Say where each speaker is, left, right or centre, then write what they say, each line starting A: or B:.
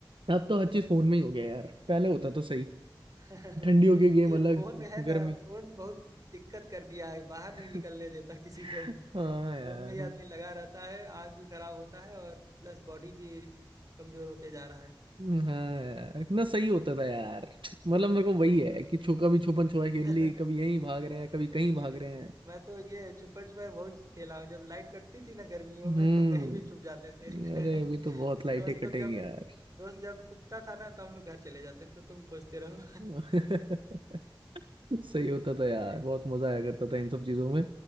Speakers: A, on the right; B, on the right.
A: अब तो हर चीज फोन में ही हो गया यार पहले होता तो सही
B: <laughs>
A: ठंडियों के गेम
B: ये
A: अलग
B: फोन है ना
A: गर्मी
B: फोन बहुत दिक्कत कर दिया है बाहर
A: <laughs>
B: नहीं निकलने देता किसी को
A: हाँ यार
B: फोन में ही आदमी लगा रहता है आंख भी खराब होता है और प्लस बॉडी भी कमजोर होते जा रहा है
A: हाँ यार कितना सही होता था यार मतलब मेरे को वही है कि छो कभी छुपन छुपाई खेल
B: <laughs>
A: ली कभी यहीं भाग रहे हैं कभी कहीं भाग
B: अरे
A: रहे हैं
B: मैं तो ये छुपन छुपाई बहुत खेला हूँ जब लाइट कटती थी ना गर्मियों
A: हम्म
B: में तो कहीं भी छुप जाते थे <laughs>
A: अरे अभी तो बहुत लाइटें
B: दोस्त
A: कटेंगी
B: लोग जब
A: यार
B: दोस्त जब छुपता था ना तो हम लोग घर चले जाते थे तो तुम खोजते रहो
A: <laughs> सही होता था यार
B: <laughs>
A: बहुत मजा आया करता था इन सब चीजों में